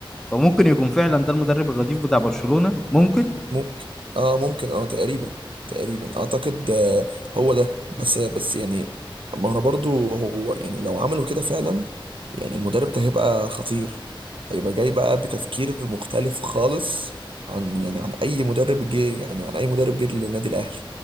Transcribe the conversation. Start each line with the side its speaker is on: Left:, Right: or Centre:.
Centre: فممكن يكون فعلا ده المدرب الرديف بتاع برشلونة ممكن
Right: ممكن اه ممكن اه تقريبا تقريبا اعتقد آه هو ده بس بس يعني ما انا برضو هو يعني لو عملوا كده فعلا يعني المدرب ده هيبقى خطير هيبقى جاي بقى بتفكير مختلف خالص عن يعني عن اي مدرب جه يعني عن اي مدرب جه للنادي الاهلي